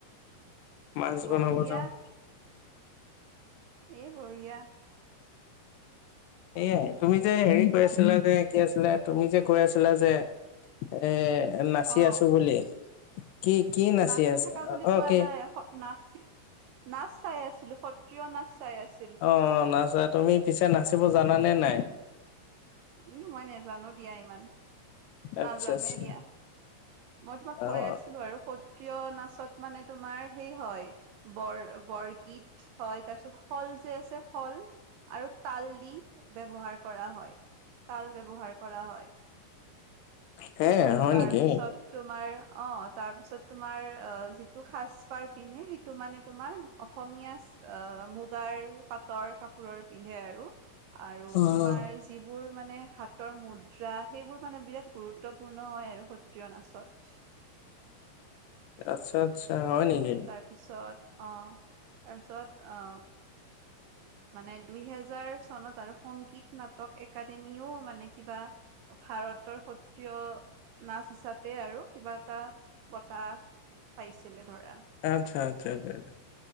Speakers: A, on the left (about 80°); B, on the right (about 80°).
A: মাছ
B: বঢ়িয়া
A: বনাব জানো।
B: এই বঢ়িয়া।
A: এয়াই। তুমি যে হেৰি কৈ আছিলা যে, কি আছিলা তুমি যে কৈ আছিলা যে এ, নাচি
B: অ'।
A: আছোঁ বুলি কি কি
B: নাচি
A: আছা
B: থাকা বুলি
A: অ
B: কোৱা
A: কি
B: নাই, স নাচি নাচ চাই আছিলোঁ সত ত্ৰীয় নাচ চাই আছ
A: অ' নাচা। তুমি পিছে নাচিব জানানে নাই?
B: ই মই নেজানো দিয়া ইমান।
A: আচ্ছা
B: নাজানোৱে
A: আচ্ছা
B: দিয়া। মই তোমাক কৈ
A: অ
B: আছিলো আৰু সত ত্ৰীয় নাচত মানে তোমাৰ সেই হয় বৰ বৰগীত হয় তাৰপিছত শল যে আছে শল আৰু তাল দি ব্যৱহাৰ কৰা হয়, তাল ব্যৱহাৰ কৰা হয়।
A: হে হয়
B: তাৰপিছত
A: নেকি
B: তোমাৰ অ' তাৰপিছত তোমাৰ অ' যিটো সাজপাৰ পিন্ধে সেইটো মানে তোমাৰ অসমীয়া আ, মুগাৰ পাটৰ কাপোৰৰ পিন্ধে আৰু। আৰু
A: অ
B: তোমাৰ যিবোৰ মানে হাতৰ মুদ্ৰা সেইবোৰ মানে বিৰাট গুৰুত্ব পূৰ্ণ হয় আৰু সত্ৰীয়া নাচত।
A: আচ্ছা আচ্ছা, হয় নেকি?
B: তাৰপিছত অ' তাৰপিছত আ মানে দুইহেজাৰ চনত আৰু সংগীত নাটক একাডেমিও মানে কিবা ভাৰতৰ সত্ৰিয় নাচ হিচাপে আৰু কিবা এটা বটা পাইছিলে ধৰা।
A: আচ্ছা আচ্ছা আচ্ছা।